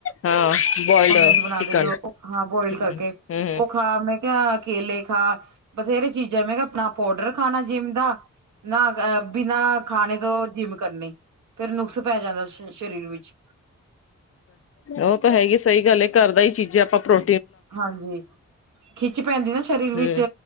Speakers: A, on the left; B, on the right.
A: ਹਾਂ, ਬੋਇਲਡ
B: ਨੋਨ ਵੈਜ ਬਣਾਉਂਦੇ
A: ਚਿਕਨ
B: ਜੋ
A: ਹਂ,
B: ਹਾਂ ਬੋਇਲ ਕਰਕੇ
A: ਹਂ।
B: ਉਹ ਖਾ ਮੈਂ ਕਿਆ ਕੇਲੇ ਖਾ। ਬਥੇਰੇ ਚੀਜ਼ਾਂ ਮੈਂ ਕਿਆ, ਆਪਣਾ ਪੋਡਰ ਖਾਣਾ ਜਿੰਮ ਦਾ। ਨਾਂਹ ਬਿਨਾਂ ਖਾਣੇ ਤੋਂ ਜਿੰਮ ਕਰਨੀ, ਫੇਰ ਨੁਕਸ ਪੈ ਜਾਂਦਾ ਸ਼ ਸਰੀਰ ਵਿੱਚ।
A: ਓ ਤਾਂ ਹੈ ਈ ਏ ਸਈ ਗੱਲ ਏ, ਘਰ ਦਾ ਈ ਚੀਜ਼ਾਂ ਆਪਾਂ ਪਰੋ
B: ਹਾਂਜੀ, ਖਿੱਚ ਪੈਂਦੀ ਨਾ ਸਰੀਰ
A: ਹਮ
B: ਵਿੱਚ।